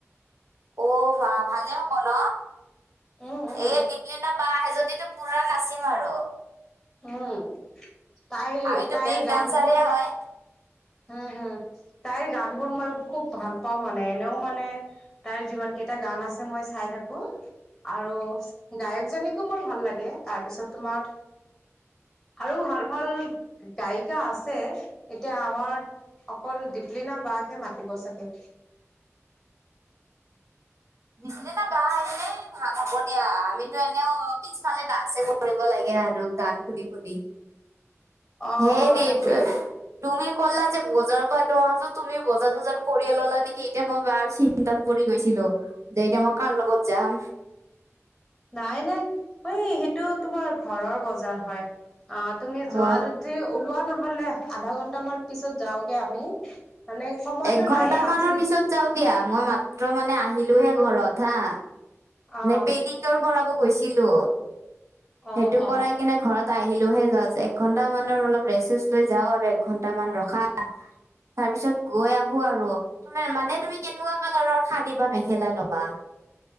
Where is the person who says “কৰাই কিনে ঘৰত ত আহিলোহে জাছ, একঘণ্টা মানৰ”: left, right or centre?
Right